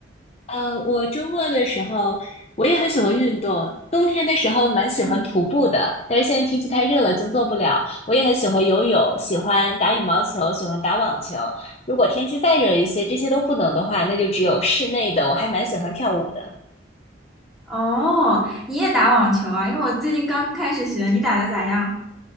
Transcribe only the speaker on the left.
呃，我周末的时候，我也很喜欢运动。冬天的时候蛮喜欢徒步的，
但是现在天气太热了，就做不了。我也很喜欢游泳，喜欢打羽毛球，喜欢打网球。如果天气再热一些，这些都不能的话，那就只有室内的。我还蛮喜欢跳舞的，